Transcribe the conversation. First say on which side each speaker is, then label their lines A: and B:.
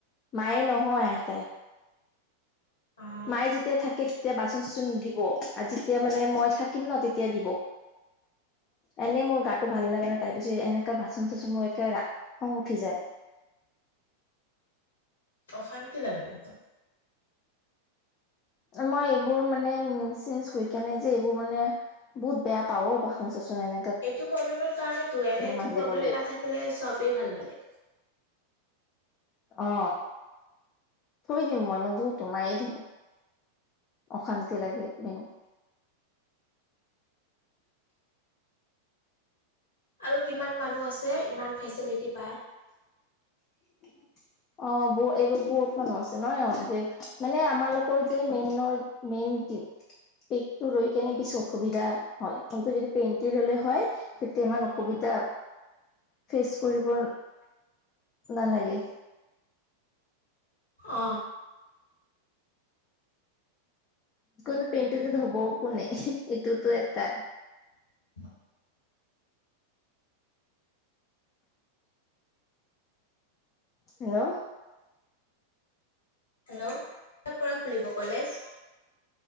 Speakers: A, on the left; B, on the left.
A: মায়ে নহয় আইতাই।
B: উম,
A: মায়ে যেতিয়া থাকে তেতিয়া বাচন চাচন, আজি যেতিয়া মানে মই থাকিম ন তেতিয়া দিব। এনেই মোৰ গাতটো ভাল লাগে না তাৰ পিছত এনেকা বাচন চাচন মোৰ একেৰা খং উঠি যায়।
B: অশান্তি লাগে একদম।
A: মই এইবোৰ মানে মি চিন শুই কেনেই যে এইবোৰ মানে, বহুত বেয়া পাও বাচন চাচন এনে।
B: এইটো প্ৰব্লেমৰ কাৰণেইতো এনেটো
A: মাজিবলৈ
B: প্ৰব্লেম নাথাকিলে চবেই ভাল লাগে।
A: অ থৈ দিম মই নুধো তো মায়ে ধুব। অশান্ত লাগে বেং,
B: আৰু কিমান মানুহ আছে ইমান ফেচিলিটি পায়।
A: <unintelligible> অ ব এইবোৰ বহুত মানুহ আছে নহ অ যে মানে আমাৰ লোকৰ যে মেইনৰ, মেইন <unintelligible> পেকটো ৰৈ কেনে বেছি অসুবিধা হয় অন্ত যদি পেনটি ল'লে হয়। তেতিয়া ইমান অসুবিধা ফেচ কৰিব নালাগে।
B: অ
A: টো পেণ্টটোত ধুব কোনে এইটোতো এটা,
B: <unintelligible>
A: হেল্ল',
B: হেল্ল' কৰ পৰা খুলিব কলেজ।